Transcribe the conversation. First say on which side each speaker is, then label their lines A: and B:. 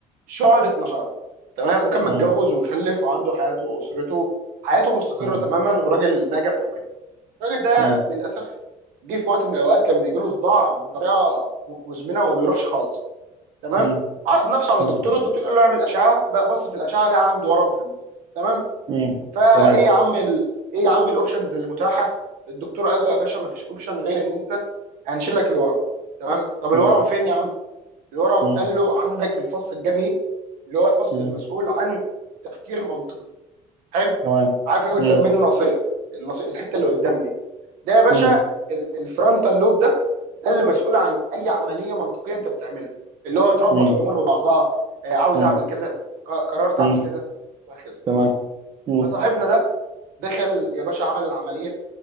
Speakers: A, on the right (about 80°); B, on the right (about 35°).
A: شعلة نشاط تمام وكان متجوز
B: مم.
A: ومخلف وعنده حياته واسرته حياته مستقره
B: مم.
A: تماما وراجل ناجح وكده الراجل ده
B: مم.
A: للاسف جه في وقت من الاوقات كان بيجي له صداع بطريقه مزمنه وما بيروحش خالص تمام
B: مم.
A: عرض نفسه على
B: مم.
A: الدكتور الدكتور قال له اعمل اشعه بقى بص في الاشعه لقى عنده ورم في المخ تمام
B: مم.
A: فايه
B: تمام
A: يا عم ال... ايه يا عم الاوبشنز المتاحه الدكتور قال له يا باشا ما فيش اوبشن غير ان انت هنشيل لك الورم تمام طب الورم
B: مم.
A: فين يا عم الورم
B: مم.
A: قال له عندك في الفص الجبهي اللي هو الفص
B: مم.
A: المسؤول عن التفكير المنطقي حلو
B: تمام
A: عارف اللي هو بنسميه
B: مم.
A: الناصيه الناصيه الحته
B: تمام
A: اللي قدام دي ده يا باشا
B: مم.
A: ال- الفرونتال لوب ده ده اللي مسؤول عن اي عمليه منطقيه انت بتعملها اللي هو تربط
B: مم.
A: الامور ببعضها آه، عاوز
B: مم.
A: اعمل كذا ق- قررت
B: مم.
A: اعمل كذا وهكذا
B: تمام مم.
A: فصاحبنا ده دخل يا باشا عمل العمليه